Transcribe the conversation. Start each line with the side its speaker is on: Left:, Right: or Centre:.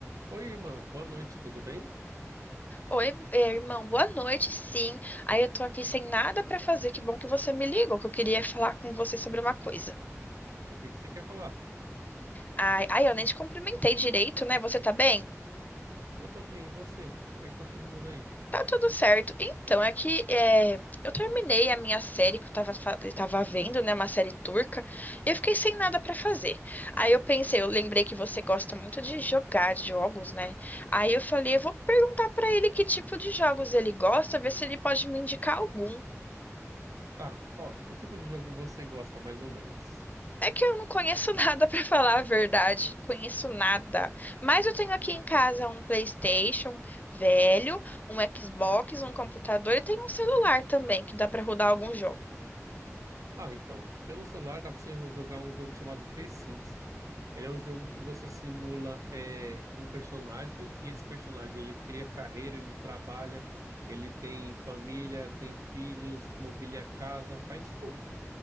Right: Oi, irmã, boa noite, tudo bem?
Left: Oi, é, irmão, boa noite, sim. Aí eu tô aqui sem nada pra fazer. Que bom que você me ligou, que eu queria falar com você sobre uma coisa.
Right: O que que você quer falar?
Left: Ai, ai, eu nem te cumprimentei direito, né? Você tá bem?
Right: Eu tô bem, e você? Como é que tá todo mundo aí?
Left: Tá tudo certo. Então, é que é, eu terminei a minha série que eu tava, fa- eu tava vendo, né? Uma série turca, e eu fiquei sem nada pra fazer. Aí eu pensei, eu lembrei que você gosta muito de jogar jogos, né? Aí eu falei, eu vou perguntar pra ele que tipo de jogos ele gosta, ver se ele pode me indicar algum.
Right: Tá, ó, que tipo de jogo você gosta mais ou menos?
Left: É que eu não conheço nada <laughs> pra falar a verdade, conheço nada. Mas eu tenho aqui em casa um PlayStation velho, um Xbox, um computador e tem um celular também que dá pra rodar algum jogo.
Right: Ah, então, pelo celular dá pra você jogar um jogo chamado The Sims. Ele é um jogo que você simula é, um personagem e esse personagem ele cria carreira, ele trabalha, ele tem família, tem filhos, mobília a casa, faz de tudo.